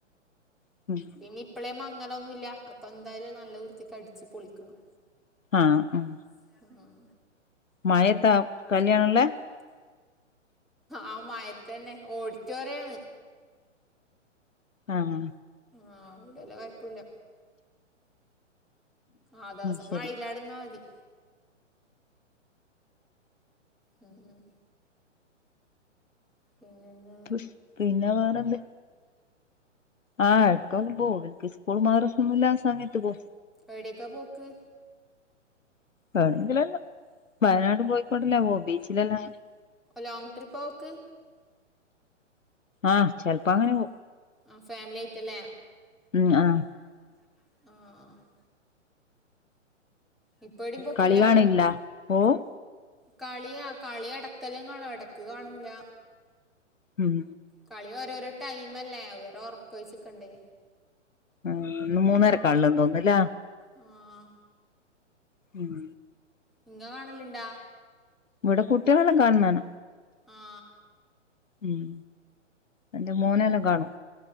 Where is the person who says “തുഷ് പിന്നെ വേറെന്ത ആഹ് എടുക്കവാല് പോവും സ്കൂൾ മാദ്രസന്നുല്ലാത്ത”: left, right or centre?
Left